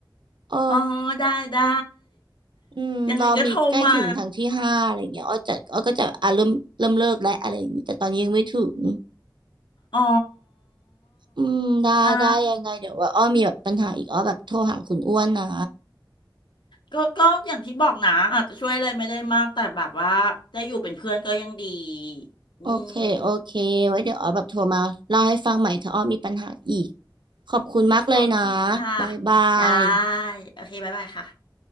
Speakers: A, on the right; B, on the left.
A: เออ
B: อ๋อได้ได้
A: อืมรอมีใกล้ถึงทางที่ห้าอะไรอย่างเงี้ยอ้อจะอ้อก็จะอ่ะเริ่มเริ่มเลิกแล้วอะไรอย่างงี้แต่ตอนนี้ยังไม่ถึง
B: ยังไงก็โทรมาอ๋อ
A: อืมได้ได้ยังไงเดี๋ยวว่าอ้อมีแบบปัญหาอีกอ้อแบบโทรหาคุณอ้วนนะ
B: อ่าก็ก็อย่างที่บอกนะอาจจะช่วยอะไรไม่ได้มากแต่แบบว่าได้อยู่เป็นเพื่อนก็ยังดีอืม
A: โอเคโอเคไว้เดี๋ยวอ้อแบบโทรมาเล่าให้ฟังใหม่ถ้าอ้อมีปัญหาอีก ขอบคุณมากเลยนะ
B: โอเคค่ะ
A: บ๊ายบาย
B: ได้โอเคบ๊ายบายค่ะ